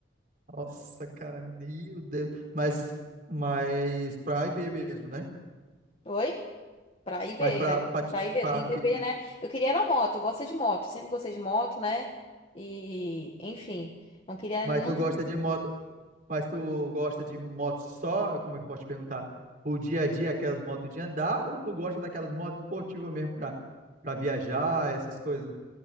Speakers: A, on the right (about 45°); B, on the left (about 30°).
A: Nossa, cara, meu Deus. Mas, mas pra IB mesmo, né?
B: Oi? Pra IB,
A: Mas
B: é.
A: pra, pra, ti-
B: Pra IB,
A: pra
B: eu tenho IBB,
A: IB.
B: né? Eu queria era moto, eu gosto de moto, sempre gostei de moto, né? E, enfim, não queria
A: Mas
B: nunca.
A: tu gosta de moto. Mas tu gosta de moto só, como é que eu posso te perguntar? O dia a dia, aquelas motos de andar, ou tu gosta daquelas motos esportivas mesmo pra, pra viajar, essas coisas?